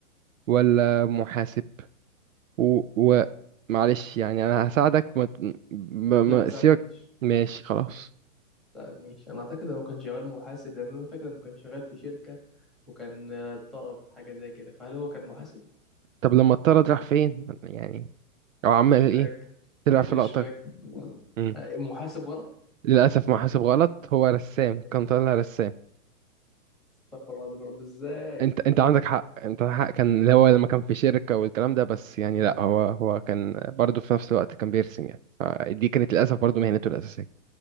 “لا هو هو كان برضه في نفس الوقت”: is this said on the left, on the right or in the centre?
Right